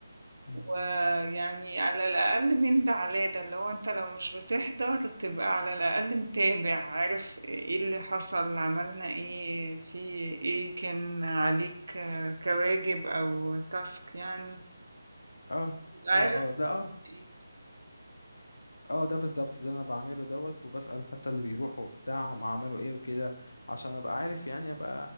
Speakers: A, on the left (about 60°); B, on the right (about 60°).
A: مم.
B: ويعني على الأقل من ده على ده اللي هو أنت لو مش بتحضر تبقى على الأقل متابع عارف ايه اللي حصل عملنا ايه في ايه كان عليك آه، كواجب أو تاسك يعني
A: اه
B: تبقى عارف
A: اه اه ده اه
B: ايه
A: اه ده بالظبط ده انا بعمله دوت وبسأل حتى اللي بيروحوا بتاع هم عملوا ايه وكده عشان ابقى عارف يعني ابقى